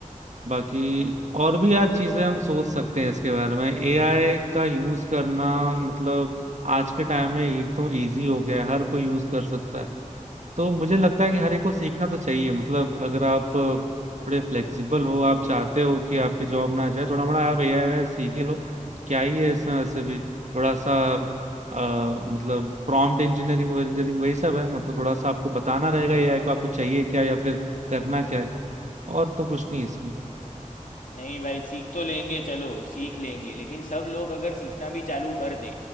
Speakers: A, on the right; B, on the left.
A: बाकी और भी यार चीजें हम सोच सकते हैं इसके बारे में एआई का यूज करना मतलब आज के टाइम में एक तो इजी हो गया है हर कोई यूज कर सकता है तो मुझे लगता है कि हर एक को सीखना तो चाहिए मतलब अगर आप अ, थोड़े फ्लेक्सिबल हो आप चाहते हो कि आपकी जॉब ना जाए थोड़ा बड़ा आप एआई वगैरह सीख ही लो क्या ही है इसमें वैसे भी थोड़ा सा आ, मतलब प्रॉम्प्ट इंजीनियरिंग इंजीनियरिंग वही सब है मतलब थोड़ा सा आपको बताना रहेगा एआई को आपको चाहिए क्या या फिर करना क्या है और तो कुछ नहीं इसमें
B: नहीं भाई सीख तो लेंगे चलो सीख लेंगे लेकिन सब लोग अगर सीखना भी चालू कर दे